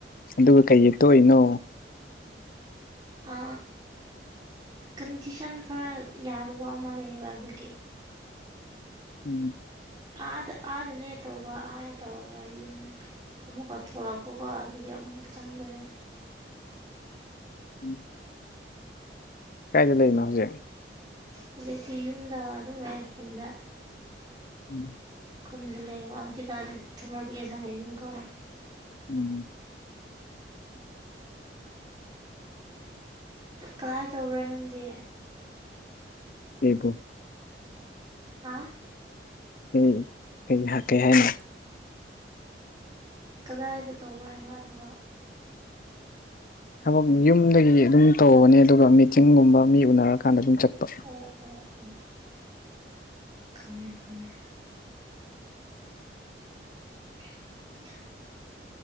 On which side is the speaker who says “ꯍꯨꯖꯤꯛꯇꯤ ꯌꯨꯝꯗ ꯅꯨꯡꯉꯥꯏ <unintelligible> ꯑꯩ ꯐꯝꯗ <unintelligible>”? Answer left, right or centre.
Right